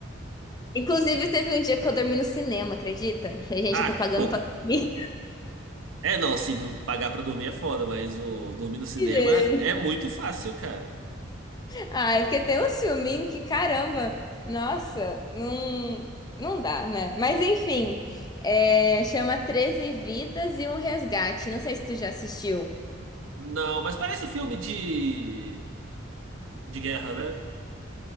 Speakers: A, on the left; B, on the right.
A: Inclusive, teve um dia que eu dormi no cinema, acredita? Eu Falei, gente,
B: Ah,
A: eu tô pagando
B: pô.
A: pra dormir.
B: É, não, sim, dur- pagar pra dormir é foda, mas o dormir no cinema
A: <laughs> Gente.
B: é muito fácil, cara.
A: Ai, porque tem uns filminhos que, caramba, nossa, não, não dá, né? Mas enfim, é, chama Treze Vidas e um Resgate. Não sei se tu já assistiu.
B: Não, mas parece filme de, de guerra, né?